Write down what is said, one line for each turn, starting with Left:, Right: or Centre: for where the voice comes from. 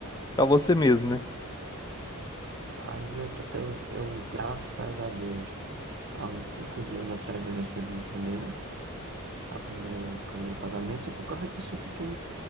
Left: pra você mesmo, né?
Right: Aí eu, tô- eu, eu graças a Deus, há uns cinco dias atrás eu recebi o primeiro, a primeira, o primeiro pagamento e por causa disso eu fiquei